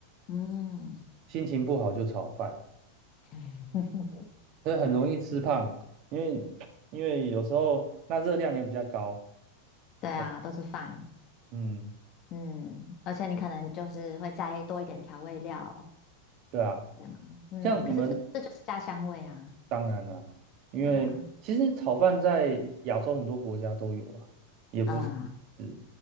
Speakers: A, on the left; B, on the right.
A: 嗯，
B: 心情不好就炒饭，
A: 嗯
B: 所以很容易吃胖，因为因为有时候那热量也比较高。
A: <laughs>，对啊，
B: 对，
A: 都是饭。
B: 嗯，
A: 嗯，而且你可能就是会加多一点调味料，
B: 对啊。
A: 对吗？嗯，
B: 像你们
A: 可是这这就是家乡味啊。
B: 当然啦、因为其实炒饭在亚洲很多国家都有啊，
A: 对啊，
B: 也不是只
A: 啊